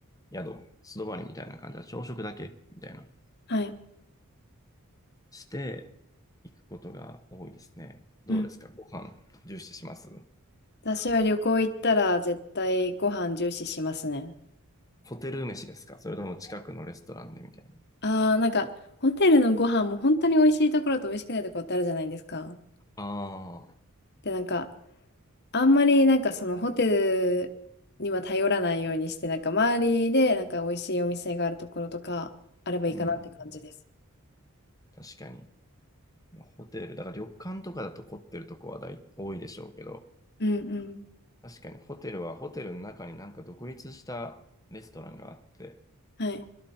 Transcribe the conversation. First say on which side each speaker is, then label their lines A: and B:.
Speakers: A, on the left; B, on the left.
A: 宿、素泊まりみたいな感じは朝食だけみたいな、
B: はい。
A: して行くことが多いですね。どうですかご飯重視します
B: うん。私は旅行行ったら絶対ご飯重視しますね。
A: ホテル飯ですかそれとも近くのレストランでみたいな。
B: あー、なんか、ホテルのご飯も本当に美味しいところと美味しくないところってあるじゃないですか。
A: ああ、
B: で、なんか、あんまりなんかそのホテルには頼らないようにして、なんか周りでなんか美味しいお店があるところとかあればいいかなって感じです。
A: うん。確かに。まあホテル、だから旅館とかだと凝ってるとこは大多いでしょうけど、
B: うんうん。
A: 確かにホテルはホテルの中になんか独立したレストランがあって、
B: はい。